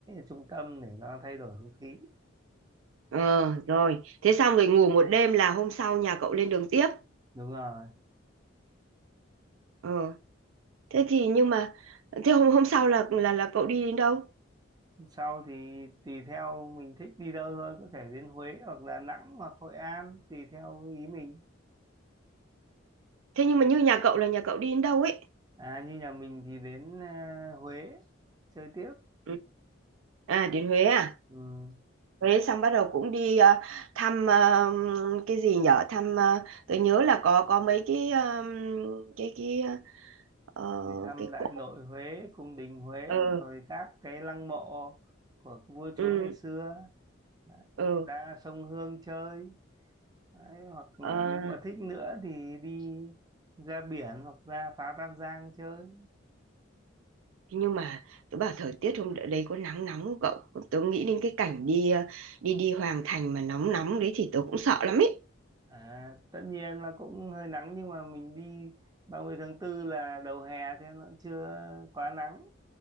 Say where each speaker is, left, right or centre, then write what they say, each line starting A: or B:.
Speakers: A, on the right; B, on the right.
A: trung tâm để nó thay đổi không khí
B: Ờ rồi, thế xong rồi ngủ một đêm là hôm sau nhà cậu lên đường tiếp.
A: đúng rồi
B: Ờ thế thì nhưng mà thế hôm hôm sau là là là cậu đi đến đâu
A: sau thì tùy theo mình thích đi đâu thôi có thể đến Huế hoặc Đà Nẵng hoặc Hội An tùy theo ý mình
B: thế nhưng mà như nhà cậu là nhà cậu đi đến đâu ấy
A: À, như nhà mình thì đến à, Huế chơi tiếp
B: Ừ. à đến Huế à
A: ừ.
B: Huế xong bắt đầu cũng đi ờ, thăm ờ, cái gì nhở thăm ờ, tôi nhớ là có có mấy cái ờ, cái cái ờ,
A: Đi thăm
B: cái
A: Đại
B: cỗ
A: Nội Huế, cung đình Huế
B: ừ
A: rồi các cái lăng mộ của vua chúa
B: ừ
A: ngày xưa Đấy.
B: ừ
A: ra sông Hương chơi Đấy. hoặc là
B: ờ.
A: nếu mà thích nữa thì đi ra biển hoặc ra phá Tam Giang chơi
B: Thế nhưng mà tôi bảo thời tiết hôm đấy có nắng nóng không cậu tôi nghĩ đến cái cảnh đi ờ, đi đi Hoàng Thành mà nóng nóng đấy thì tôi cũng sợ lắm ấy
A: à, tất nhiên là cũng hơi nắng nhưng mà mình đi 30 tháng tư là đầu hè cho nên nó chưa quá nắng